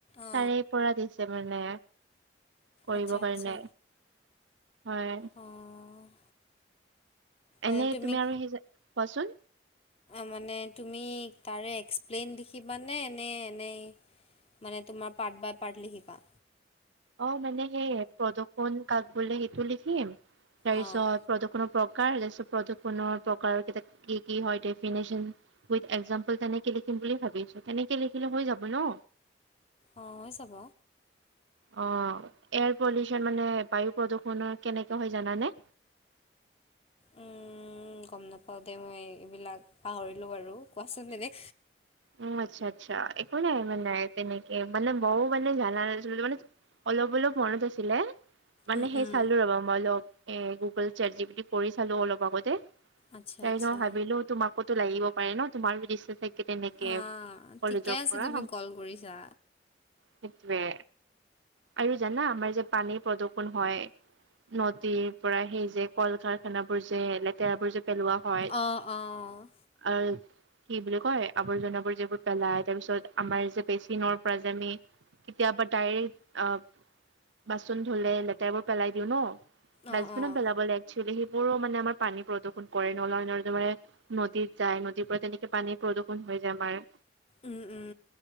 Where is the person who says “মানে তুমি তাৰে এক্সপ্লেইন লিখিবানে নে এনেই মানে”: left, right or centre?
Left